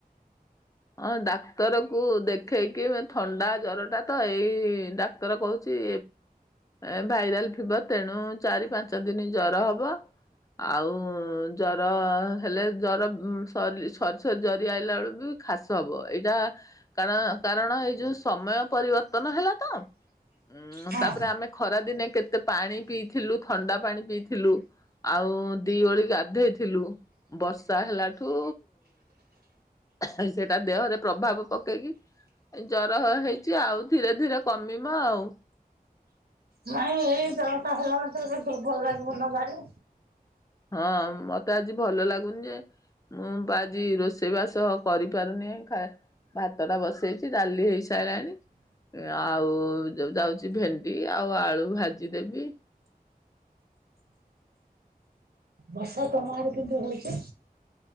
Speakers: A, on the left (about 20°); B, on the right (about 80°).
A: ହଁ ଡାକ୍ତର କୁ ଦେଖେଇକି ଥଣ୍ଡା ଜର ଟା ତ ଏଇ ଡା ତର କହୁଛି ଏ ଭାଇରାଲ ଫିବର ତେଣୁ ଚାରି ପାଞ୍ଚ ଦିନ ଜର ହବ। ଆଉ ଜର ହେଲେ ଜର ସରିସରି ଜରି ଆଇଲା ବେଳକୁ ଖାସ ହବ ଏଇଟା କାରଣ କାରଣ ଏଇ ଯୋଉ ସମୟ ପରିବର୍ତ୍ତନ ହେଲା ତ ହୁ
B: ହଁ
A: ତାପରେ ଆମେ ଖରାଦିନେ କେତେ ପାଣି ପିଇଥିଲୁ ଥଣ୍ଡା ପାଣି ପିଇଥିଲୁ। ଆଉ ଦି ଓଳି ଗାଧେଇ ଥିଲୁ ବର୍ଷା ହେଲାଠୁ ଆଉ ସେଇଟା ଦେହରେ ପ୍ରଭାବ ପକେଇକି ଜର ହେଇଛି ଆଉ ଧୀରେ ଧୀରେ କମିବ ଆଉ।
B: ମାଇଁ ଏଇ ଦେହଟା ହେଲା ମାତ୍ର ଭଲ ଲାଗିବନ ବାରେ
A: ହଁ ମତେ ଆଜି ଭଲ ଲାଗୁନି ଯେ ମୁଁ ପା ଆଜି ରୋଷେଇ ବାସ କରିପାରୁନି ଖା ଭାତ ଟା ବସେଇଛି ଡାଲି ହେଇସାରିଲାଣି। ଆଉ ଯାଉଛି ଭେଣ୍ଡି ଆଉ ଆଳୁ ଭାଜିଦେବି
B: ବର୍ଷା ତମଆଡ଼େ କେମତି ହଉଛି।